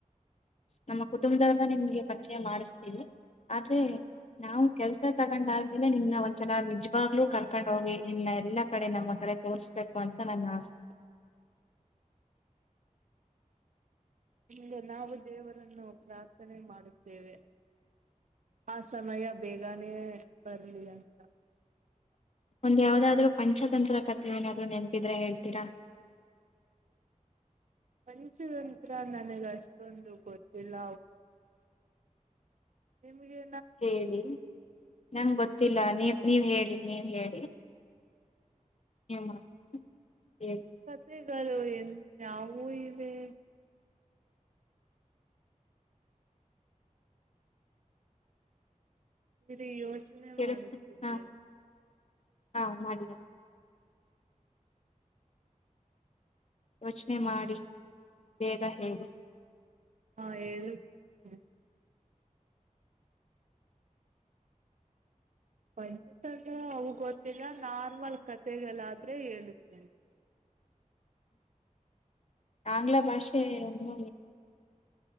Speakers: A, on the left (about 55°); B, on the right (about 65°).
A: ನಮ್ಮ ಕುಟುಂಬದಲ್ಲಿ ನಿಮಗೆ ಪರಿಚಯ ಮಾಡುತ್ತೇನೆ ಆದರೆ ನಾವು ಕೆಲಸ ತಗೊಂಡು ಆದಮೇಲೆ ನಿಜವಾಗ್ಲೂ ಕರ್ಕೊಂಡು ಹೋಗಿ ನಿಮಗೆ ಎಲ್ಲಾ ಕಡೆ ತೋರಿಸ್ತೇವೆ. ಬೇಕಂತಲೇ ನಮ್ಮ ಆಸೆ
B: ಇಂದು ನಾವು ದೇವರನ್ನು ಪ್ರಾರ್ಥನೆ ಮಾಡುತ್ತೇವೆ ಆ ಸಮಯ ಬೇಕ ಬರ್ಲಿ ಅಂತ
A: ಒಂದು ಯಾವುದಾದರೂ ಪಂಚತಂತ್ರ ಕಥೆ ಗೊತ್ತಿದ್ರೆ ಹೇಳ್ತೀರಾ
B: ಪಂಚತಂತ್ರ ಅಷ್ಟೊಂದು ಏನು ಗೊತ್ತಿಲ್ಲ ನಮಗೆ
A: ಹೇಳಿ ನಮಗೆ ಗೊತ್ತಿಲ್ಲ ನೀವು ಹೇಳಿ ನೀವು ಹೇಳಿ <unintelligible>
B: <unintelligible> <unintelligible> ಯೋಚನೆ
A: ಕೇಳಿಸ್
B: ಮಾಡುತ್ತಿದ್ದೇನೆ
A: ಹಾ <unintelligible> ಯೋಚನೆ ಮಾಡಿ ಬೇಗ ಹೇಳಿ
B: ಹೇಳುತ್ತಿದ್ದೇನೆ ಪಂಚತಂತ್ರ ಗೊತ್ತಿಲ್ಲ ನಾರ್ಮಲ್ ಕಥೆಗಳಾದರೆ ಹೇಳುತ್ತೇವೆ
A: ಆಂಗ್ಲ ಭಾಷೆಯನ್ನು